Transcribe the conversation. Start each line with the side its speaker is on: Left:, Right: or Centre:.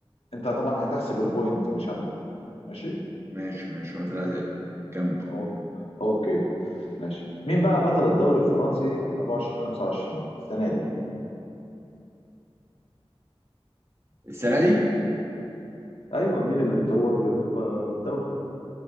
Left: انت طبعا هتحسب البوينت مش انا ماشي
Right: ماشي ماشي وانت الأسئلة كمل
Left: أو... اوكي ماشي مين بقى بطل الدوري الفرنسي 24 25 السنه دي
Right: السنة دي
Left: ايوه مين اللي اتوج بال... بالدوري